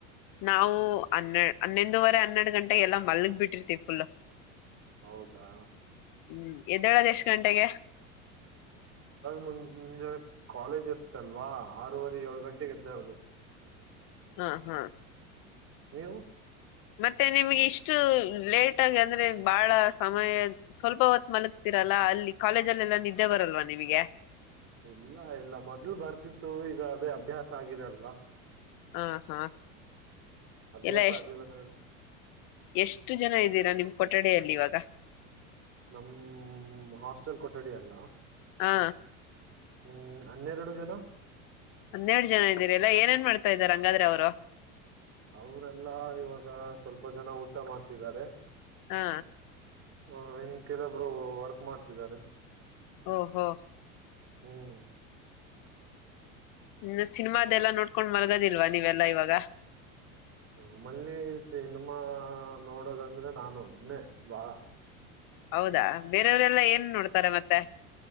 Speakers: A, on the left; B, on the right.
A: ನಾವು ಅನ್ನ ಹನ್ನೆಂದೂುವರೆ ಹನ್ನೆರಡು ಗಂಟೆ ಎಲ್ಲಾ ಮಲ್ಗ್ ಬಿಟ್ಟಿರ್ತತಿವಿ ಫುಲ್
B: ಹೌದಾ
A: ಹ್ಮ್ ಎದ್ದೇಳದ್ ಎಷ್ಟ ಗಂಟೆಗೆ
B: ಮುಂಜ ಕಾಲೇಜ್ ಇರ್ತಲ್ವಾ ಆರೂವರೆ ಏಳು ಗಂಟೆಗೆ ಎದ್ದಾರು
A: ಹ್ಮ್ ಹ್ಮ್
B: ಹವು
A: ಮತ್ತೆ ನಿಮ್ಗೆ ಇಷ್ಟು ಲೇಟ್ ಆಗಿ ಅಂದ್ರೆ ಬಾಳ ಸಮಯ ಸ್ವಲ್ಪ ಹೊತ್ ಮಲಗ್ತಿ ರಲ್ಲ ಅಲ್ಲಿ ಕಾಲೇಜಲ್ಲೆಲ್ಲ ನಿದ್ದೆ ಬರಲ್ವಾ ನಿಮಗೆ
B: ಇಲ್ಲ ಇಲ್ಲ ಮೊದ್ಲ್ ಬರ್ತಿತ್ತು ಈಗ ಅದೇ ಅಭ್ಯಾಸ ಆಗಿದೆಲ್ವಾ
A: ಹ ಹಾ
B: ಅಭ್ಯಾಸ
A: ಎಲ್ಲ ಎಷ್ಟ್
B: ಆಗಿ ಬರ
A: ಎಷ್ಟು ಜನ ಇದ್ದೀರಾ ನಿಮ್ ಕೊಠಡಲ್ಲಿ ಇವಾಗ
B: ನಮ್ಮ ಹಾಸ್ಟೆಲ್ ಕೊಠಡಿ ಅಲ್ಲ
A: ಹಾ
B: ಹ್ಮ್ ಹನ್ನೆರಡು ಜನ
A: ಹನ್ನೆರಡು ಜನ ಇದ್ದೀರಿ ಎಲ್ಲಾ ಏನೇನ್ ಮಾಡ್ತಾ ಇದಾರೆ ರಂಗಾದ್ರೆ ಅವರು
B: ಅವರೆಲ್ಲಾ ಇವಾಗ ಸ್ವಲ್ಪ ಜನ ಊಟ ಮಾಡ್ತಿದ್ದಾರೆ
A: ಹಾ
B: ಹ ಇನ್ ಕೆಲಬ್ರು ವರ್ಕ್ ಮಾಡ್ತಿದ್ದಾರೆ
A: ಹ್ಮ ಹಾ
B: ಹ್ಮ್
A: ಹ್ಮ ಸಿನಿಮಾದೆಲ್ಲಾ ನೋಡ್ಕೊಂಡ್ ಮಲ್ಗದಿಲ್ವಾ ನೀವೆಲ್ಲಾ ಇವಾಗ
B: ಮ್ಮಲ್ಲಿ ಸಿನಿಮಾ ನೋಡೋದಂದ್ರೆ ನಾನ ಒಬನೇ ಬಾಳ
A: ಹೌದಾ ಬೇರೆಯವರೆಲ್ಲ ಏನ್ ನೋಡ್ತಾರೆ ಮತ್ತೆ